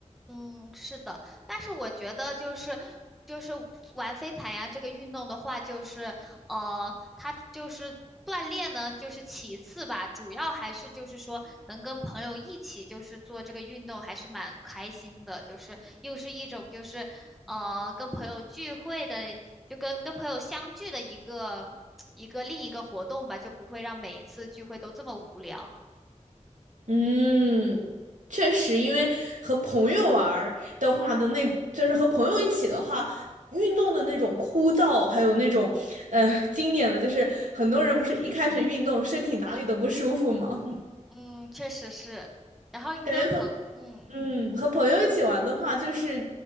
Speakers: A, in the centre; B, on the right (about 85°).
A: 嗯，是的，但是我觉得就是就是玩飞盘呀，这个运动的话，就是呃，它就是锻炼呢，就是其次吧，主要还是就是说能跟朋友一起就是做这个运动，还是蛮开心的，就是又是一种就是呃跟朋友聚会的，就跟跟朋友相聚的一个 <tsk> 一个另一个活动吧，就不会让每一次聚会都这么无聊。
B: 嗯，确实，因为和朋友玩儿的话的那，就是和朋友一起的话。运动的那种枯燥，还有那种，呃，经典的就是很多人不是一开始运动身体哪里都不舒服吗？<laughs>
A: 嗯，确实是，然后跟朋嗯
B: 感觉和嗯，和朋友一起玩的话，就是